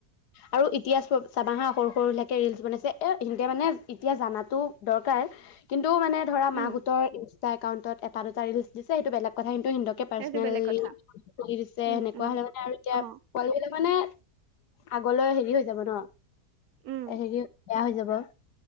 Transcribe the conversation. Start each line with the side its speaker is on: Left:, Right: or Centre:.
Left: আৰু এতিয়া চোৱা চাবাহা, সৰু সৰুলৈকে ৰিলচ বনাইছে। এ, সিহঁতে মানে এতিয়া জানাটো দৰকাৰ। কিন্তু, মানে ধৰা
Right: উম
Left: মাকহঁতৰ ইনষ্ট টা একাউণ্টত এটা দুটা ৰিলছ দিছ সেইটো বেলেগ কথা। কিন্তু সিহঁতকে পাৰ্চনেলি
Right: সেইটো বেলেগ কথা
Left: খুলি দিছে। সেনেকুৱা
Right: উম উম
Left: হ'লে মানে, আৰু এতিয়া
Right: অ
Left: পোৱালীবিলাক মানে আগলৈ হেৰি হৈ যাব ন?
Right: উম
Left: এ, হেৰি, বেয়া হৈ যাব।